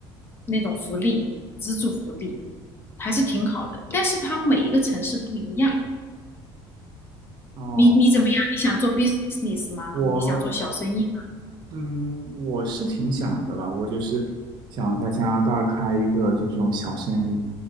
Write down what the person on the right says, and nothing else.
哦，
我
嗯，我是挺想的吧，我就是想在加拿大开一个这种小生意，